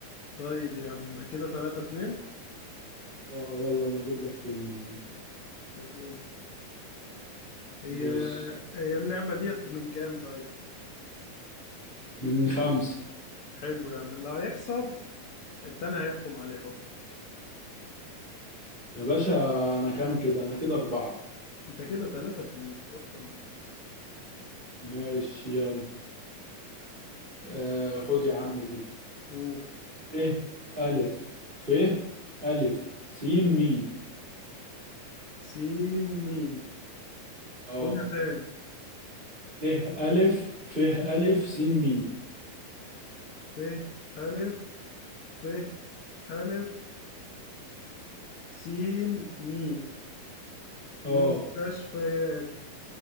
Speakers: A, on the left (about 75°); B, on the right (about 20°).
A: طيب يا عم كده 3 2
B: اه يلا انا اجيب لك كلمة يا عم
A: طب قول هي
B: بص
A: هي اللعبة ديت من كام طيب؟
B: من خمسة
A: حلو يا عم اللي هيخسر التاني هيحكم عليه حكم
B: يا باشا أنا كام كده أنا كده أربعة
A: انت كده تلاتة اتنين بطل هجص
B: ماشي يلا آه خد يا عم دي
A: اوه
B: ت ألف ف ألف س مي
A: سين مي
B: اه
A: قولها تاني
B: ت ألف ف ألف س مي
A: ت ألف ف ألف سين مي مستشفيات
B: اه